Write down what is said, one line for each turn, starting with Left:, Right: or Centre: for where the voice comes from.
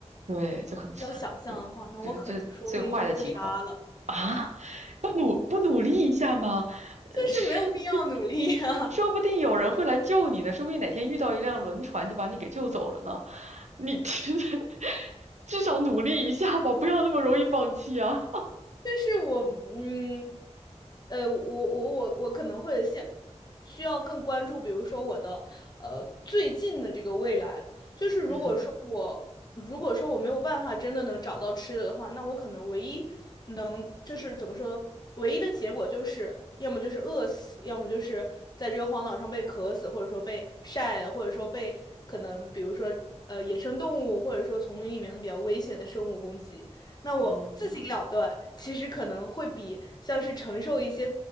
Right: 对，就很惨，
Left: 要想象的话，
Right: 就就是最最坏的情况啊！
Left: 那我可能说不定就自杀了。
Right: 不努不努力一下吗？呃是，
Left: 就是没有必要努力啊。
Right: <laughs> 说不定有人会来救你呢，
Left: <laughs>
Right: 说不定哪天遇到一辆轮船就把你给救走了呢。你 <laughs> 至少努力一下吧，不要那么容易放弃啊！
Left: 就是我，嗯，呃，我我我我可能会现需要更关注，比如说我的呃最近的这个未来。
Right: <laughs>
Left: 就是如果说我如果说我没有办法真的能找到吃的的话，
Right: 嗯
Left: 那我可能唯一能就是怎么说呢？唯一的结果就是要么就是饿死，要么就是在这个荒岛上被渴死，或者说被晒或者说被可能比如说呃野生动物或者说丛林里面的比较危险的生物攻击。那我自行了断，
Right: 嗯。
Left: 其实可能会比像是承受一些